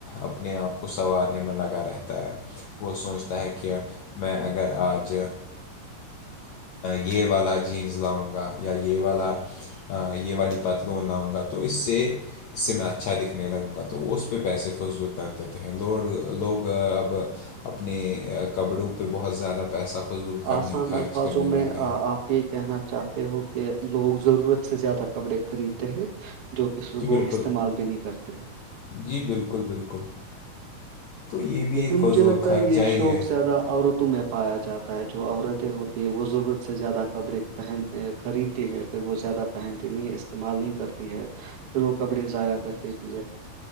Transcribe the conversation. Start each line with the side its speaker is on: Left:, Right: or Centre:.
Left: اپنے آپ کو سنوارنے میں لگا رہتا ہے وہ سوچتا ہے کہ میں اگر آج یہ والا جینس لاؤں گا یا یہ والا یہ والی پات لون لاؤں گا تو اس سے اس سے میں اچھا دکھنے لگوں گا تو تو وہ اس پہ پیسے فضول کر دیتے ہیں لوڈ لوگ اب اپنے کپڑوں پہ بہت زیادہ پیسہ فضول کرنے
Right: آسان
Left: خرچ
Right: الفاظوں
Left: کرنے
Right: میں
Left: لگ گے
Right: آپ
Left: ہیں
Right: یہ کہنا چاہتے ہو کہ لوگ ضرورت سے زیادہ کپڑے خریدتے ہیں جو کہ پر
Left: جی
Right: وہ
Left: بالکل
Right: استعمال بھی نہیں کرتے ہیں
Left: جی بالکل بالکل تو یہ بھی
Right: لیکن
Left: ایک فضول
Right: مجھے لگتا
Left: خرچہ
Right: ہے یہ
Left: ہی
Right: شوق
Left: ہے
Right: زیادہ عورتوں میں پایا جاتا ہے جو عورتیں ہوتی ہے وہ ضرورت سے زیادہ کپڑے پہن خریدتی ہیں پھر وہ زیادہ پہنتی نہیں استعمال نہیں کرتی ہے پھر وہ کپڑے ضائع کر دیتی ہے